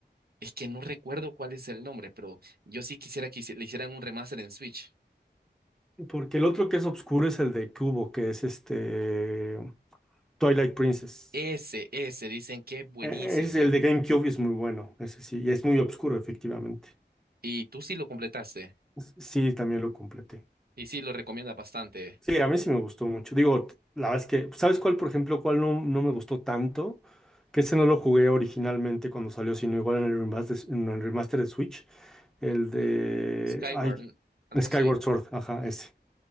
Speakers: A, on the right; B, in the centre.
A: Es que no recuerdo cuál es el nombre, pero yo sí quisiera que hici- le hicieran un remaster en Switch.
B: porque el otro que es oscuro es el de Cubo, que es este Twilight Princess.
A: Ese, ese, dicen que es buenísimo.
B: E- Es el de GameCube y es muy bueno, ese sí, y es muy oscuro, efectivamente.
A: Y tú sí lo completaste.
B: Sí, también lo completé.
A: Y sí lo recomiendas bastante.
B: Sí, a mí sí me gustó mucho. Digo, la verdad es que, ¿sabes cuál, por ejemplo, cuál no, no me gustó tanto? Que ese no lo jugué originalmente cuando salió, sino igual en el remaster, en el remaster de Switch. El de...
A: Skyward,
B: Ay,
A: algo
B: Skyward
A: así.
B: Sword, ajá, ese.